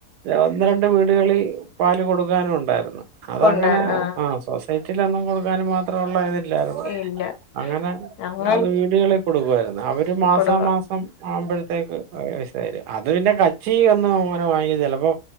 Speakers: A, on the right (about 80°); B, on the left (about 75°).
A: ഒന്ന് രണ്ട് വീടുകളിൽ പാല് കൊടുക്കാനു ഉണ്ടായിരുന്നു അതങ്ങനെ
B: കൊണ്ടായിരുന്നു ആഹ്
A: ആ സൊസൈ റ്റിലൊന്നും കൊടുക്കാന് മാത്ര ഉള്ള ഇതില്ലായിരുന്നു
B: ഇല്ല
A: അങ്ങനെ
B: ഞങ്ങൾ
A: അത് വീടുകളി കൊടുക്കുവാരുന്നു അവര് മാസാ
B: കൊടുക്കും
A: മാസം ആവുമ്പൊഴത്തേക്ക് <unintelligible> തര അത് പിന്നെ കച്ചി ഒന്നും അങ്ങനെ വാങ്ങിയ ചെലപ്പൊ